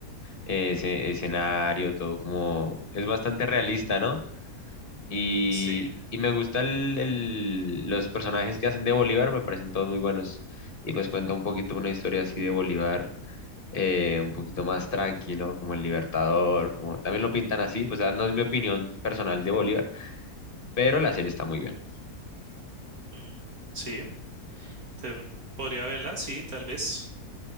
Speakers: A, on the left; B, on the right.
A: eh, ese escenario, todo como es bastante realista, ¿no? Y,
B: sí.
A: y me gusta el, el- los personajes que hacen de Bolívar, me parecen todos muy buenos. Y pues cuenta un poquito una historia así de Bolívar, eh, un poquito más tranqui, ¿no? Como el Libertador, como también lo pintan así, o sea, no es mi opinión personal de Bolívar, pero la serie está muy bien.
B: mm, sí, tem- podría verla, sí, tal vez.